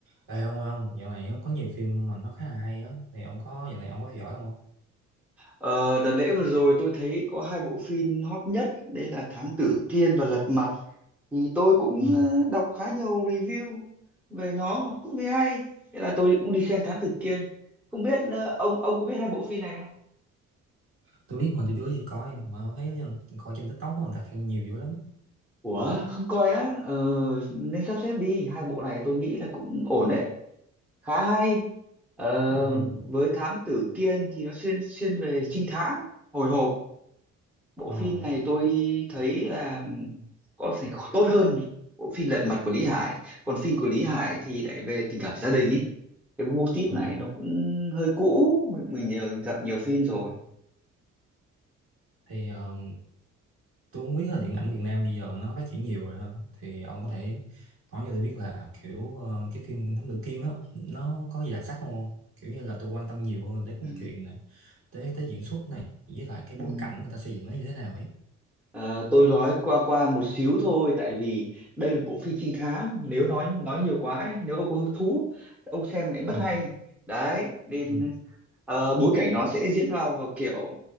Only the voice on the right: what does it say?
Ê ông ơi ông, dạo này á, có nhiều phim mà nó khá là hay á, thì ông có dạo này ông có theo dõi không? không?
Ừ.
Tôi biết mà tôi chưa gì coi, mà thấy là coi trên TikTok của người ta khen nhiều dữ lắm.
Ừ.
Ờ,
ờ.
Thì ờ, tôi cũng biết là điện ảnh Việt Nam bây giờ nó phát triển nhiều rồi ha. Thì ông có thể nói cho tôi biết là kiểu ờ, cái phim Thám Tử Kiên á, nó có gì đặc sắc không? không? Kiểu như là tôi quan tâm nhiều hơn tới cốt
truyện này, tới tới diễn xuất này, với lại cái bối
cảnh người ta xây dựng nó như thế nào ấy.
Ừ.
Ừ.